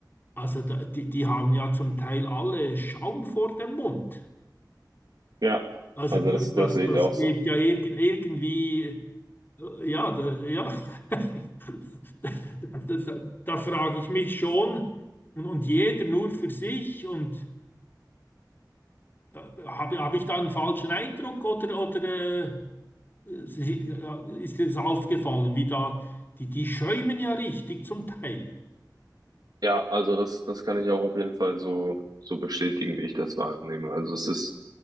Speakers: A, on the left (about 30°); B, on the right (about 60°).
A: also da, die, die haben ja zum Teil alle Schaum vor dem Mund.
B: ja.
A: Also
B: Also
A: das,
B: das,
A: das,
B: das sehe
A: das
B: ich auch
A: geht
B: so.
A: ja irgend, irgendwie. Ja, da, ja. <laughs> Da, da, da da frage ich mich schon, und, und jeder nur für sich, und da, da habe habe ich da einen falschen Eindruck oder, oder äh, Sie- ja, ist dir das aufgefallen, wie da, die, die schäumen ja richtig zum Teil.
B: Ja, also das, das kann ich auch auf jeden Fall so, so bestätigen, wie ich das wahrnehme. Also es ist,